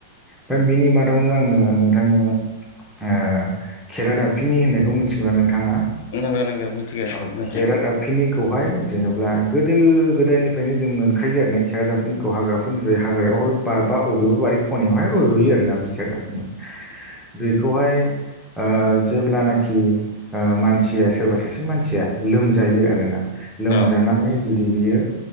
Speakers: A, in the centre; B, on the left.
A: दा बिनि मादावनो आङो नोंथांनो ओ खेरादाफिनि होननायखौ मिथिगौना नोंथाङा? खेरा
B: नंगौ नंगौ मिथिगौ नोंथां
A: दाफिनिखौहाय। जेनेबा गोदो गोदायनिफ्रायनो जों मोनखायो आरो ना खेरादाफोरनिखौ हाग्राफोरनिफ्राय हाग्रायावहाय बा बाब बारि खनायावहाय रज'यो आरोना बे खेरादाफिनिया।। बेखौहाय ओ जेब्लानाखि ओ मानसि सोरबा सासे मानसिया लोमजायो आरोना लोमजानानै
B: अ
A: जे जुदि बियो